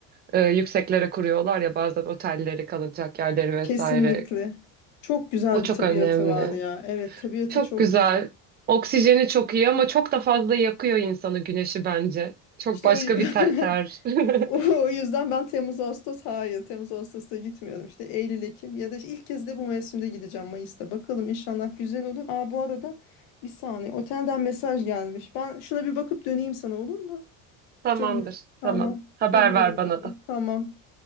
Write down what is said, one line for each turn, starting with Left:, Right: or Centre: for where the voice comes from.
Right: e, yükseklere kuruyorlar ya bazen otelleri kalacak yerleri vesaire.
Left: kesinlikle. Çok güzel
Right: O çok
Left: bir tabiatı
Right: önemli.
Left: var ya. Evet tabiatı
Right: Çok
Left: çok
Right: güzel.
Left: güzel.
Right: Oksijeni çok iyi ama çok da fazla yakıyor insanı güneşi bence. Çok
Left: İşte
Right: başka
Left: o <laughs>
Right: bir ter. ter.
Left: <laughs>
Right: <laughs>
Left: O yüzden ben Temmuz Ağustos hayır Temmuz Ağustos'ta gitmiyorum işte Eylül Ekim ya da işte ilk kez de bu mevsimde gideceğim Mayıs'ta bakalım inşallah güzel olur. Aa bu arada bir saniye otelden mesaj gelmiş ben şuna bir bakıp döneyim sana olur mu
Right: Tamamdır.
Left: Cemre? Tamam
Right: Tamam. Haber
Left: dönüyorum
Right: ver bana da.
Left: ben. Tamam.